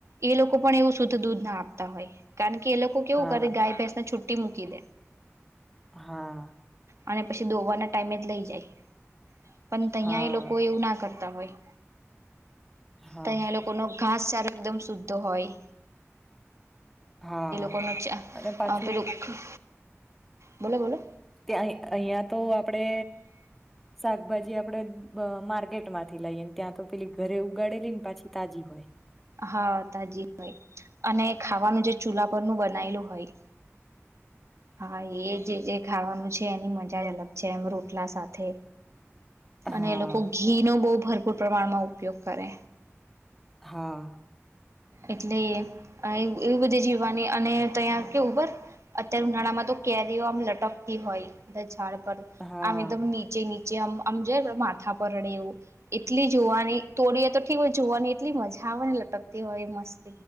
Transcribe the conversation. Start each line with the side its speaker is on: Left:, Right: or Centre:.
Right: એ લોકો પણ એવું શુદ્ધ દૂધ ના આપતા હોય, કારણ કે એ લોક કેવું
Centre: હા
Right: કરે ગાય ભેસ ને છૂટ ટી મુકી દે.
Centre: હા.
Right: અને પછી દોવાના ટાઈમે જ લઈ જાય. પણ તૈયા
Centre: હા
Right: એ લોકો એવું ના કર તા હોય.
Centre: હા
Right: તૈયા એ લોકોનો ઘાસચારો એકદમ શુદ્ધ હોય.
Centre: હા.
Right: કોનોચા
Centre: અને પાછું
Right: અહ પેલુ અહ બોલો-બોલો.
Centre: ત્યાં અહિયાં તો આપડે શાકભાજી આપડે બ માર ર્કેટમાંથી લાઈએ ને ત્યાં તો પેલી ઘરે ઉગાડેલી ને પાછી તાજી હોય.
Right: હા તાજી હોય, અને ખાવાનું જે ચૂલા પરનું બનાયેલું હોય. હા એજ જે એક ખાવાનું છે એની મજા જ અલગ છે એમ રોટલા સાથે. અને
Centre: હા
Right: એ લોકો ઘી નો બહુ ભર પૂર પ્રમાણમાં ઉપયોગ કરે.
Centre: હા.
Right: એટલે એવ એવી બધી જીવવાની અને તૈયા કેવું ખબર અત્યારે ઉનાળા તો કેરીઓ આમ લટકતી હોય બધા ઝાડ પર,
Centre: હા
Right: આમ એકદમ નીચે-નીચે આમ આમ જેર માથા પર અડે એવું, એટલી જોવાની તોડીએ તો ઠીક હોય જોવાની એટલી મજ <unintelligible> ને લટકતી હોય એ મસ્ત.